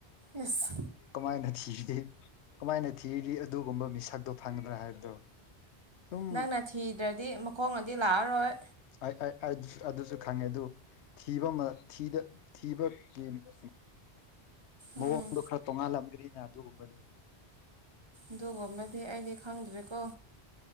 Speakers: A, on the right; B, on the left.
A: ꯑꯦꯁ
B: ꯀꯃꯥꯏꯅ ꯊꯤꯔꯤ ꯀꯃꯥꯏꯅ ꯊꯤꯔꯥꯗꯤ ꯑꯗꯨꯒꯨꯝꯕ ꯃꯤꯁꯛꯇꯣ ꯐꯪꯒꯗ꯭ꯔꯥ ꯍꯥꯏꯕꯗꯣ ꯁꯨꯝ
A: ꯅꯪꯅ ꯊꯤꯗ꯭ꯔꯗꯤ ꯃꯈꯣꯡꯅꯗꯤ ꯂꯥꯛꯑꯔꯣꯏ
B: <unintelligible> ꯑꯗꯨꯁꯨ ꯈꯪꯉꯦ ꯑꯗꯨ ꯊꯤꯕꯃꯥ ꯊꯤꯗ ꯊꯤꯕꯒꯤ ꯀꯩꯅꯣ ꯃꯑꯣꯡꯗꯣ
A: ꯎꯝ
B: ꯈꯔ ꯇꯣꯡꯉꯥꯜꯂꯝ ꯔꯤꯅꯥ ꯑꯗꯨꯒꯨꯝꯕꯅꯤ
A: ꯑꯗꯨꯒꯨꯝꯕꯗꯤ ꯑꯩꯗꯤ ꯈꯪꯗ꯭ꯔꯦꯀꯣ